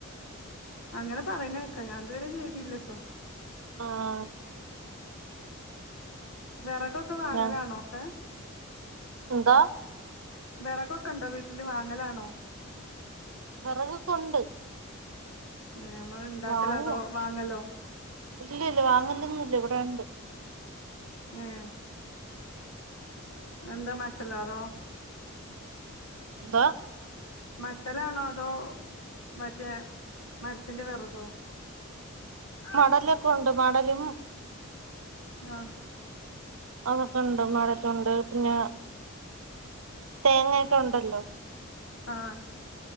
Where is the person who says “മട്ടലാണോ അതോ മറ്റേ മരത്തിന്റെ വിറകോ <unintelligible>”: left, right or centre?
Left